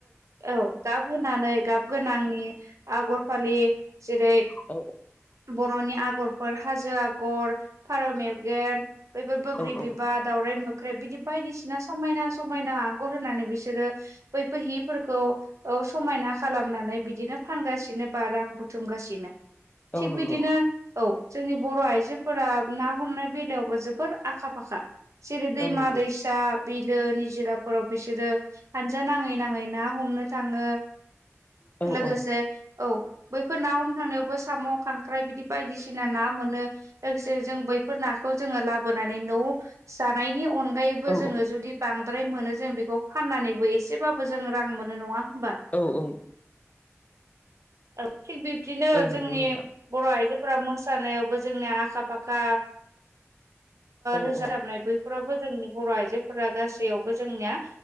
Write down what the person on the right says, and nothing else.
औ गाब होनानै गाब गोनांनि आगर फालि जेरै
बर'नि आगरफोर हाजो आगर फारौ मेगेन बैफोर बैग्रि
बिबार दावउराय मोख्रेब बिदि बायदिसिना समायना समायना आगर होनानै बिसोरो बैफोर हिफोरखौ समायना खालामनानै बिदिनो फानगासिनो बा रां बुथुमगासिनो
थिग
बिदिनो औ। जोंनि बर' आइजोफोरा ना हमनाय बेलायावबो जोबोर आखा फाखा जेरै दैैमा
दैैसा बिलो निजिराफोराव बिसोरो हानजा नाङै नाङै ना हमनो थाङो।
लोगोसे
औ बैफोर ना हम थांनायावबो साम' खांख्राय बिदि बायदिसिना ना मोनो। जों बैफोर नाखौ जोङो लाबोनानै न' जानायनि अनगायैबो
जोङो जुदि बांद्र बांद्राय मोनो जों बेखौ फाननानैबो एसेबाबो जों रां मोनो नङा होमबा
औ थिग बिब्दिनो
जोंनि
बर' आइजो ्रा मोसानायावबो जोंनि आखा फाखा
रोज
जाबनाय ब न फोरावबो जोंनि बर' आइजोफोरा गासैयावबो जोंनिया